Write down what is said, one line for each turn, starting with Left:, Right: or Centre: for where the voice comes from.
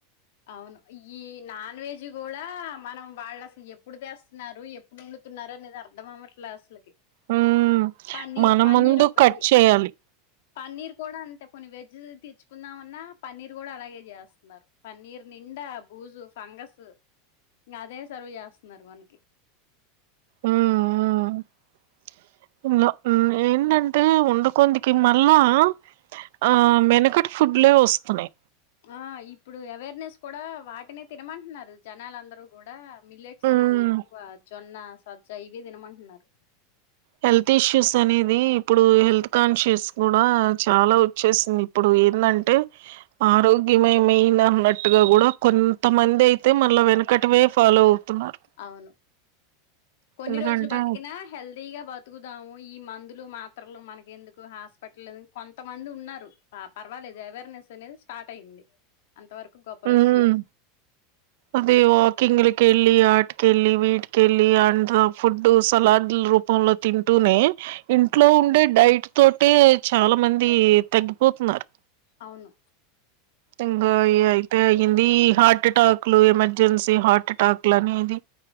Left: అవును ఈ నాన్ వెజ్ కూడా మనం వాళ్ళు అసలు ఎప్పుడు తెస్త ఎప్పుడు వండుతున్నారు అనేది అర్థం అవమట్లే అసలుకి
Right: హ్మ్
Left: పన్నీర్
Right: మన
Left: పన్నీర్
Right: ముందు
Left: ఒకటి
Right: కట్ చేయాలి
Left: పన్నీర్ కూడా అంతే పొని వెజ్ తెచ్చుకుందామన్నా పన్నీర్ కూడా అలాగే చేస్తున్నారు పన్నీర్ నిండా బూజు ఫంగస్ ఇంకా అదే సర్వ్ చేస్తున్నారు మనకి
Right: అఆఎందొ ఏందంటే ఉండ కొందికి మళ్ళా ఆ వెనుకటిఫుడ్లే వస్తున్నాయి
Left: ఆ ఇప్పుడు అవేర్నెస్ కూడా వాటినే తినమంటున్నారు జనాలందరూ గూడా మిల్లెట్సు
Right: మ్
Left: ఎ ఎక్కువ జొన్న సజ్జా ఇవే తినమంటున్నారు
Right: హెల్త్ ఇష్యూస్ అనేది ఇప్పుడు హెల్త్ కాన్షియస్ కూడా చాలా వచ్చేసినియ్ ఇప్పుడు ఏందంటే ఆరోగ్యమే మెయిన్ అన్నట్టుగా కూడా కొంతమంది అయితే మళ్ళ వెనక కటివే ఫాలో అవుతున్నారు
Left: అవును కొన్ని
Right: ఎందుకంటే
Left: రోజులు బతికినా హెల్దీగా బతుకుదాము ఈ మందులు మాత్రలు మనకెందుకు హాస్పిటల్ కొంతమంది ఉన్నారు ఆ పర్వాలేదు అవేర్నెస్ అనేది స్టార్ట్ అయింది అంతవరకు గొప్ప
Right: మ్
Left: విషయం
Right: అదే వాకింగ్లకి వెళ్ళి ఆట్కెళ్ళి వీట్కెళ్ళి అండ్ ఫుడ్డు సలాడ్ లు రూ పంలో తింటూనే ఇంట్లో ఉండే డైట్ తోటే చాలా మంది తగ్గిపోతున్నారు
Left: అవును
Right: ఇంకా అయి అయితే అయ్యింది ఈ హార్ట్ ఎటాక్ లు ఎమర్జెన్సీ హార్ట్ ఎటాక్ లు అనేది